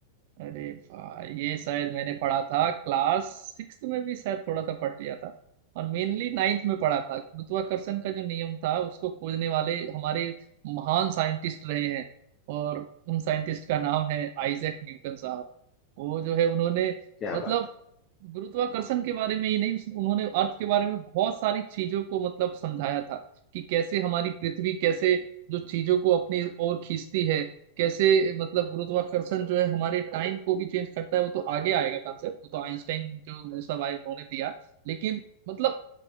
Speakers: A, on the right; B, on the left.
A: अरे भाई ये शायद मैंने पढ़ा था क्लास सिक्स में भी शायद थोड़ा सा पढ़ लिया था और मेनली नाइन्थ में पढ़ा था गुरुत्वाकर्षण का जो नियम था उसको खोजने वाले हमारे महान साइंटिस्ट रहे हैं और उन साइंटिस्ट का नाम है आइजैक न्यूटन साहब वो जो है उन्होंने
B: क्या
A: मतलब
B: बात है,
A: गुरुत्वाकर्षण के बारे में ही नहीं उस- उन्होंने अर्थ के बारे में बहुत सारी चीजों को मतलब समझाया था कि कैसे हमारी पृथ्वी कैसे जो चीजों को अपनी ओर खींचती है कैसे मतलब गुरुत्वाकर्षण जो है हमारे टाइम को भी चेंज करता है वो तो आगे आएगा कॉन्सेप्ट वो तो आइंस्टाइन जो वो सब आए उन्होंने दिया लेकिन मतलब